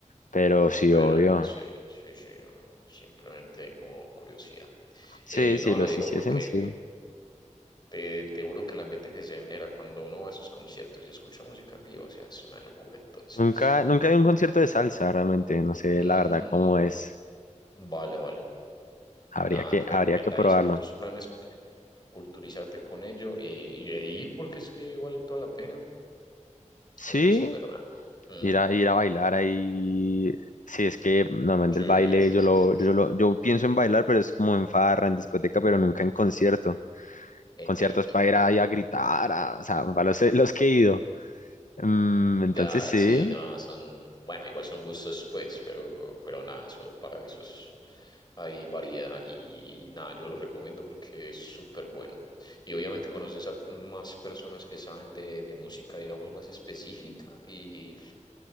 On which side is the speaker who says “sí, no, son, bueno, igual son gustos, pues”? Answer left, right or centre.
Left